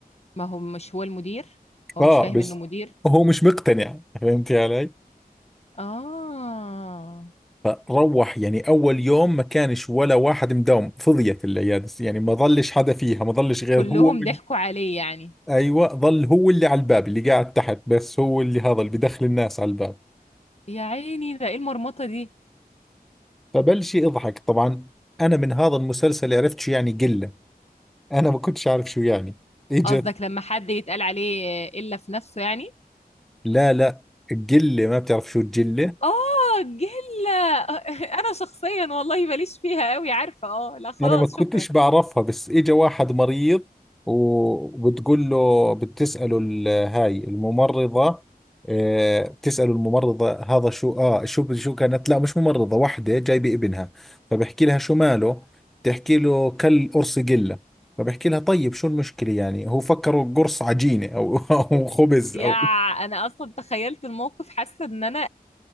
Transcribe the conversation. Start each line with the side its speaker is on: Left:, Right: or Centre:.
Left: ما هو مش هو المدير هو
Centre: اه
Left: مش فاهم
Centre: بس
Left: انه مدير
Centre: هو مش مقتنع فهمتي علي؟
Left: اه
Centre: فروح يعني اول يوم ما كانش ولا واحد مداوم فضيت العياده يعني ما ظلش حدا فيها ما ظلش غير
Left: كلهم
Centre: هو وال-
Left: ضحكوا عليه يعني
Centre: ايوه ظل هو اللي على الباب اللي قاعد تحت بس هو اللي هذا اللي بدخل الناس على الباب
Left: يا عيني ده ايه المرمطة دي
Centre: فبلش يضحك طبعا انا من هذا المسلسل عرفت شو يعني قله انا ما كنتش عارف شو يعني اجت
Left: قصدك لما حد يتقال عليه الا في نفسه يعني
Centre: لا لا قله ما بتعرف شو الجله
Left: اه جلة <laughs> انا شخصيا والله ماليش فيها قوي عارفة اه لا خلاص
Centre: انا ما كنتش
Left: شكرا
Centre: بعرفها بس اجى واحد مريض وبتقول له بتسأله ال- هاي الممرضة آه، بتسأله الممرضة هذا شو اه شو شو كانت لا مش ممرضة وحدة جايبة ابنها فبحكي لها شو ماله بتحكي له كل قرص قلة فبحكي لها طيب شو المشكلة يعني هو فكره قرص عجينة أو <laughs> أو خبز
Left: يا
Centre: أو
Left: انا اصلا تخيلت الموقف حاسة ان انا